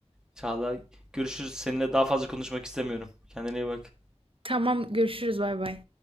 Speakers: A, in the centre; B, on the right.
A: Çağla görüşürüz. Seninle daha fazla konuşmak istemiyorum. Kendine iyi bak.
B: Tamam, görüşürüz. Bay bay.